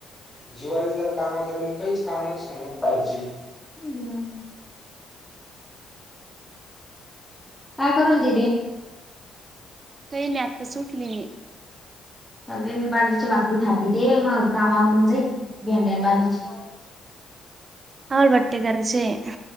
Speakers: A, in the centre; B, on the right.
A: जीवाच जर काम असे क काहीच काम नच नाही बयच. हम्म. काय करून राहिली दिदी?
B: काही नाही आताच उठविली.
A: स व मी बाजरीच्या भाकरी थापिते मग कामावरून जाई भंड्या बाजरीची
B: आम्हाला बटी करायचे आहे.